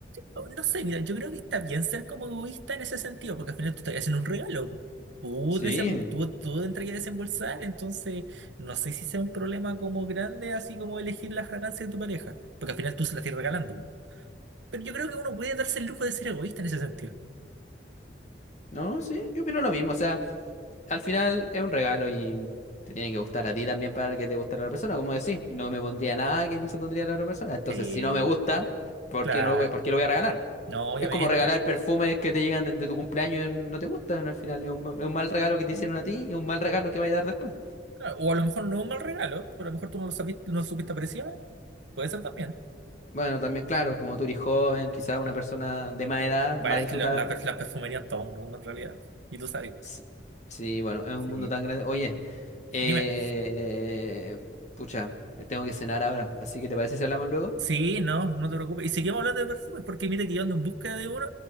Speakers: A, on the right; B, on the left.
A: No no sé, mira, yo creo que está bien ser como egoísta en ese sentido, porque al final tú estás haciendo un regalo. Tú,
B: Sí,
A: desem- tú, tú entrarías a desembolsar, entonces no sé si sea un problema como grande, así como elegir la fragancia de tu pareja, porque al final tú se la estás regalando. Pero yo creo que uno puede darse el lujo de ser egoísta en ese sentido.
B: no, sí, yo opino lo mismo, o sea... al final es un regalo y te tiene que gustar a ti también para que te guste a la otra persona. Como decís, no me pondría nada que no se pondría a la otra persona. Entonces,
A: Sí,
B: si no me gusta, ¿por
A: claro,
B: qué no lo voy, por qué lo voy a regalar?
A: no, obviamente.
B: Es como regalar perfumes que te llegan desde tu cumpleaños y no te gustan. Al final es un, ma- es un mal regalo que te
A: Mm,
B: hicieron a ti y un mal regalo que va a dar después.
A: claro, O a lo mejor no es un mal regalo, pero a lo mejor tú no lo sabiste, no lo supiste apreciar, puede ser también.
B: Bueno, también, claro, como tú eres joven, quizás una persona de más edad
A: Bueno,
B: va a disfrutar.
A: es que la, la per- la perfumería es todo un mundo en realidad, y tú sabes.
B: Sí, sí, bueno, es
A: Sí.
B: un mundo tan grande. Oye, eh,
A: Dime,
B: pucha, tengo que cenar ahora. Así que, ¿te parece si hablamos luego?
A: sí, no, no te preocupes. Y seguimos hablando de perfumes, porque mira que yo ando en búsqueda de uno,